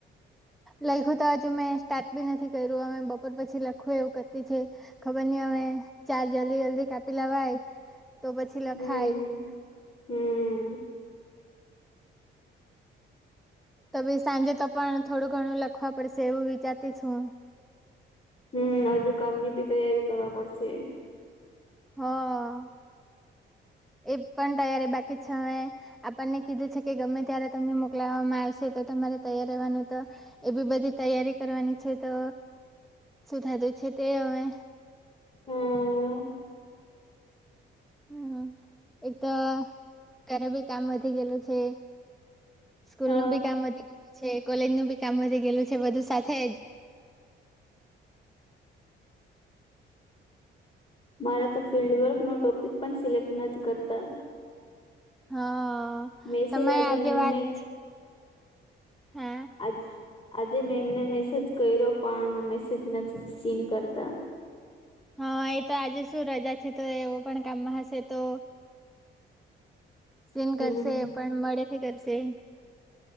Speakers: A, in the centre; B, on the left.
A: લઈખું તો જ આજુ મેં સ્ટાર્ટ બી નથી કર્યું અમે બપોર પછી લખું એવું કરતી છે. ખબર નઈ અમે ચાર જલ્દી જલ્દી કાપી લવાય તો પછી લખાય
B: હમ હમ
A: તો ભાઈ સાંજે તો પણ થોડું ઘણું લખવા પડશે એવું વિચારતી છું
B: હમ હજુ કાલની બી તૈયારી કરવા પડશે
A: હા એ પણ તૈયારી બાકી છેવે આપણને કીધું છે કે ગમે ત્યારે તમને મોકલાવામાં આવશે તો તમારે તૈયાર રહેવાનું તો એ બી બધી તૈયારી કરવાની છે તો શું થતું છે તે હવે
B: હમ
A: હમ એક તો ઘરે બી કામ વધી ગયેલું છે સ્કૂલ
B: અ
A: નું બી કામ વધી ગયેલું છે કોલેજ નું બી કામ વધી ગયેલું છે બધું સાથે જ
B: મારા તો ફિલ્ડ વર્ક નો ટોપિક પણ સિલેક્ટ નથી કરતા
A: હા
B: મેસેજ
A: તમે આજે
B: મેમને
A: વાત હા
B: આજ આજે મેંમ ને મેસેજ કર્યો પણ મેસેજ નથી સીન કરતા
A: હા એ તો આજે શું રજા છે તો એવો પણ કામમાં હશે તો સીન
B: હમ
A: કરશે પણ મળેથી કરશે